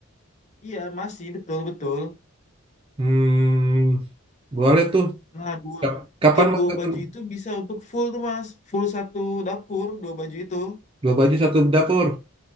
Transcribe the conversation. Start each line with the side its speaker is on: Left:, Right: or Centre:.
Left: iya masih betul betul
Right: Hmm, boleh tuh.
Left: nah dua
Right: Kap- Kapan
Left: tiap
Right: mau
Left: dua
Right: ketemu?
Left: baju itu bisa untuk full tuh mas full satu dapur dua baju itu
Right: Dua baju satu dapur.